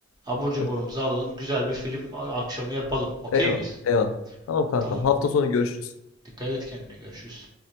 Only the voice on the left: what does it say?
Evet.
Eyvallah.
Eyvallah. Tamam kankam.
Hafta sonu görüşürüz.